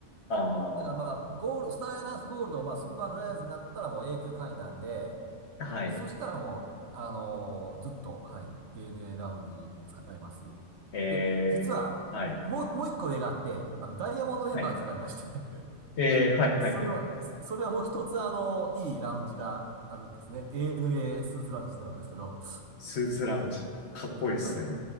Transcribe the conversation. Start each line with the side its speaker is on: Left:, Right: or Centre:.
Left: あー、
Right: だからまあ、ゴールド、スターエアラインスゴールド、まあ、スーパーフライヤーズになったらもう永久会員なんで、
Left: はい。
Right: そしたらもう、あのーずっと、はい、ANA ラウンジ使えます。
Left: えー、
Right: で、実は、
Left: はい。
Right: もう、もう一個上があって、あの、ダイヤモンドメンバーっていうのがありまして
Left: はい。
Right: <laughs>
Left: えー、はい、はい、
Right: それは、
Left: はい。
Right: それはもう一つ、あのいいラウンジがあるんですね。ANA スーツラウンジになるんですけど、
Left: スーツラウンジ。かっこいいですね。
Right: はい。